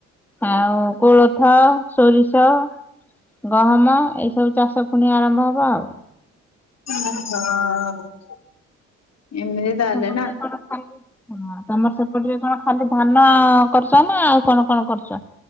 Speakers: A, in the centre; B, on the left (about 50°).
A: ଆଉ କୋଳଥ, ସୋରିଷ ଗହମ। ଏଇ ସବୁ ଚାଷ ପୁଣି ଆରମ୍ଭ ହବ ଆଉ।
B: <inaudible> ହଁ। ଏମିତି
A: <unintelligible>
B: ତାହେଲେ
A: ତମର
B: ନା
A: ସେପ ସେପଟରେ କଣ ଖାଲି ଧାନ କରୁଚ ନା, ଆଉ କଣ କଣ କରୁଛ?